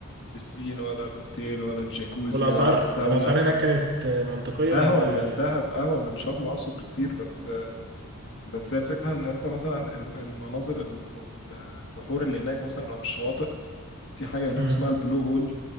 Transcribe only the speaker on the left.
البسين ولا الأوتيل ولا الجاكوزي
ولا الساونا
قهوة
من دهب قهوة من شرم أقصد بكتير بس بس هي الفكرة إن أنت مثلا ال- المناظر الب- البحور اللي هناك مثلا أو الشواطئ في حاجة هناك
اسمها البلو هول